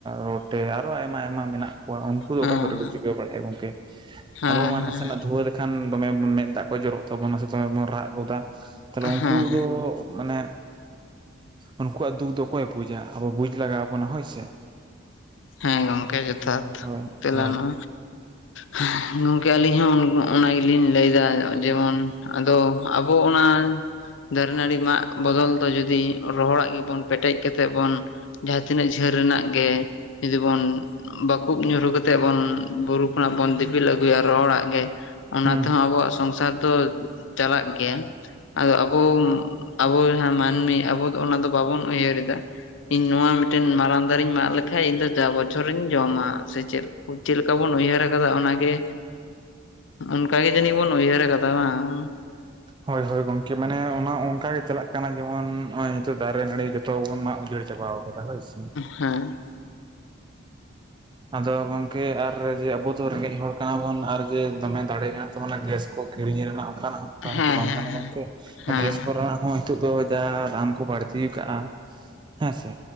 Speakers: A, on the right; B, on the left.
A: ᱨᱚᱴᱮ ᱟᱨᱚ ᱟᱭᱢᱟ ᱟᱭᱢᱟ ᱢᱮᱱᱟᱜ ᱠᱚᱣᱟ ᱩᱱᱠᱩ ᱫᱚ
B: ᱦᱮᱸ
A: ᱚᱠᱟ ᱠᱚᱨᱮ ᱠᱚ ᱪᱤᱠᱟᱹ ᱵᱟᱲᱟᱭᱟ ᱜᱚᱢᱠᱮ
B: ᱦᱮᱸ
A: ᱟᱵᱚ
B: ᱦᱮᱸ
A: ᱢᱟ ᱱᱟᱥᱮᱱᱟᱜ ᱫᱷᱩᱶᱟ ᱞᱮ ᱠᱷᱟᱱ ᱫᱚᱢᱮ ᱵᱚᱱ ᱢᱮᱫ ᱫᱟᱜ ᱠᱚ ᱡᱚᱨᱚᱜ ᱛᱟᱵᱚᱱᱟ ᱥᱮ ᱫᱚᱢᱮ ᱵᱚᱱ ᱨᱟᱜ ᱜᱚᱫᱟ᱾ ᱛᱟᱦᱞᱮ ᱩᱱᱠᱩ
B: ᱦᱮᱸ ᱦᱮᱸ
A: ᱫᱚ ᱢᱟᱱᱮ ᱩᱱᱠᱩᱣᱟᱜ ᱫᱩᱠ ᱫᱚ ᱚᱠᱚᱭ ᱵᱩᱡᱟ ᱟᱵᱚ ᱵᱩᱡ ᱞᱟᱜᱟᱣ ᱵᱚᱱᱟ ᱦᱳᱭ ᱥᱮ᱾
B: ᱦᱮᱸ ᱦᱮᱸ ᱜᱚᱝᱠᱮ ᱡᱚᱛᱷᱟᱛ
A: ᱦᱳᱭ
B: ᱛᱮᱞᱟ
A: ᱦᱳᱭ
B: ᱱᱚᱣᱟ᱾
A: ᱦᱳᱭ
B: ᱦᱮᱸ ᱜᱚᱝᱠᱮ ᱟᱹᱞᱤᱧ ᱦᱚᱸ ᱚᱱᱟ ᱜᱮ ᱞᱤᱧ ᱞᱟᱹᱭᱫᱟ ᱡᱮᱢᱚᱱ ᱟᱫᱚ ᱟᱵᱚ ᱚᱱᱟ ᱫᱟᱨᱮ ᱱᱟᱹᱲᱤ ᱢᱟᱜ ᱵᱚᱫᱚᱞ ᱫᱚ ᱡᱩᱫᱤ ᱨᱚᱦᱚᱲᱟᱜ ᱜᱮᱼᱵᱚᱱ ᱯᱮᱴᱮᱡ ᱠᱟᱛᱮᱜ ᱵᱚᱱ ᱡᱟᱦᱟᱸ ᱛᱤᱱᱟᱹᱜ ᱡᱷᱟᱹᱞ ᱨᱮᱱᱟᱜ ᱜᱮ ᱡᱩᱫᱤ ᱵᱚᱱ ᱵᱟᱠᱩᱵ ᱧᱩᱨᱩ ᱠᱟᱛᱮᱜ ᱵᱚᱱ ᱵᱩᱨᱩ ᱠᱷᱚᱱᱟᱜ ᱵᱚᱱ ᱫᱤᱯᱤᱞ ᱟᱹᱜᱩᱭᱟ ᱨᱚᱦᱚᱲᱟᱜ ᱜᱮ ᱚᱱᱟ
A: ᱦᱩᱸ
B: ᱛᱮᱸᱦᱚ ᱟᱵᱚᱣᱟᱜ ᱥᱚᱝᱥᱟᱨ ᱫᱚ ᱪᱟᱞᱟᱜ ᱜᱮᱭᱟ ᱟᱫᱚ ᱟᱵᱚ ᱟᱵᱚ ᱡᱟᱸᱦᱟ ᱢᱟᱹᱱᱢᱤ ᱟᱵᱚ ᱚᱱᱟ ᱫᱚ ᱵᱟᱵᱚᱱ ᱩᱭᱦᱟᱹᱨ ᱮᱫᱟ ᱤᱧ ᱱᱚᱣᱟ ᱢᱤᱫᱴᱮᱱ ᱢᱟᱨᱟᱝ ᱫᱟᱨᱮᱧ ᱢᱟᱜ ᱞᱮᱠᱷᱟᱡ ᱤᱧ ᱫᱚ ᱡᱟ ᱵᱚᱪᱪᱷᱚᱨᱤᱧ ᱡᱚᱢᱟ ᱥᱮ ᱪᱮᱫ ᱪᱮᱞᱮᱠᱟ ᱵᱚᱱ ᱩᱭᱦᱟᱹᱨ ᱠᱟᱫᱟ ᱚᱱᱟ ᱜᱮ ᱚᱱᱠᱟ ᱜᱮ ᱡᱟᱹᱱᱤᱡ ᱵᱚᱱ ᱩᱭᱦᱟᱹᱨ ᱠᱟᱫᱟ ᱵᱟᱝ
A: ᱦᱳᱭ ᱦᱳᱭ ᱜᱚᱝᱠᱮ ᱢᱟᱱᱮ ᱚᱱᱟ ᱚᱱᱠᱟ ᱜᱮ ᱪᱟᱞᱟᱜ ᱠᱟᱱᱟ ᱡᱮᱢᱚᱱ ᱱᱚᱜᱼᱚᱭ ᱱᱤᱛᱚᱜ ᱫᱟᱨᱮ ᱱᱟᱹᱲᱤ ᱛᱚ ᱵᱚᱱ ᱢᱟᱜ ᱩᱡᱟᱹᱲ ᱪᱟᱵᱟ ᱠᱟᱫᱟ ᱦᱳᱭ ᱥᱮ
B: ᱦᱮᱸ
A: ᱟᱫᱚ ᱜᱚᱝᱠᱮ ᱟᱨ ᱡᱮ ᱟᱵᱚ ᱫᱚ ᱨᱮᱸᱜᱮᱡ ᱦᱚᱲ ᱠᱟᱱᱟ ᱵᱚᱱ ᱟᱨ ᱡᱮ ᱫᱚᱢᱮ ᱫᱟᱲᱮ ᱢᱮᱱᱟᱜ ᱛᱟᱵᱚᱱᱟ ᱜᱮᱥ ᱠᱚ ᱠᱤᱨᱤᱧ ᱨᱮᱱᱟᱜ ᱚᱱᱠᱟᱱᱟᱜ <unintelligible>
B: ᱦᱮᱸ
A: ᱵᱟᱝ ᱠᱟᱱᱟ ᱜᱚᱢᱠᱮ
B: ᱦᱮᱸ
A: ᱜᱮᱥ ᱠᱚ ᱨᱮᱱᱟᱜ ᱦᱚᱸ ᱱᱤᱛᱚᱜ ᱫᱚ ᱡᱟ ᱫᱟᱢ ᱠᱚ ᱵᱟᱹᱲᱛᱤ ᱠᱟᱜᱼᱟ ᱦᱮᱸ ᱥᱮ